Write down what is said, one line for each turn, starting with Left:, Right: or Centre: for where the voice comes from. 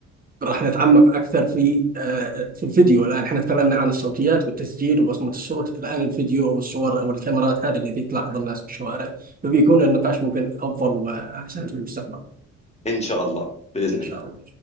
Right: راح نتعمق أكثر في آه، في الفيديو الآن احنا تكلمنا عن الصوتيات والتسجيل وبصمة الصوت الآن الفيديو أو الصور أو الكاميرات هذا اللي تلاحظ الناس في الشوارع فبيكون النقاش ممكن أفضل وأحسن في المستقبل
Left: إن شاء الله بإذن
Right: إن شاء
Left: الله
Right: الله